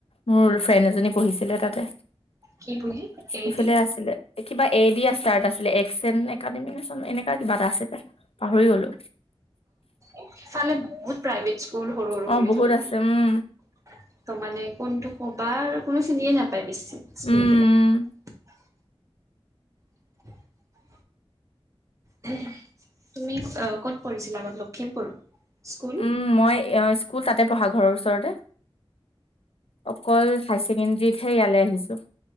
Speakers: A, on the left; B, on the right.
A: মোৰ ফ্ৰেণ্ড এজনী। পঢ়িছিলে তাতে
B: কি বুলি এ
A: সিফালে
B: ডি
A: আছিলে। কিবা এ দিয়া ষ্টাৰ্ট আছিলে এক্স এন একাডেমি ন চ এনেকুৱা কিবা এটা আছিলে পাহৰি গলো।
B: অফালে বহুত প্ৰাইভেট স্কুল সৰু সৰু
A: অ
B: খুলি
A: বহুত
B: থৈ দিয়ে।
A: আছে উম
B: ত মানে কোনটো কবা কোনো চিনিয়ে নাপায় বেছি স্কুল
A: উম
B: বিলাক।
A: উম
B: <unintelligible> তুমি ক'ত পৰিছিলা আগত লখিমপুৰ। স্কুল
A: উম মই স্কুল তাতে পঢ়া ঘৰৰ ওচৰতে। অকল হাই ছেকেণ্ডৰীতহে ইয়ালৈ আহিছো।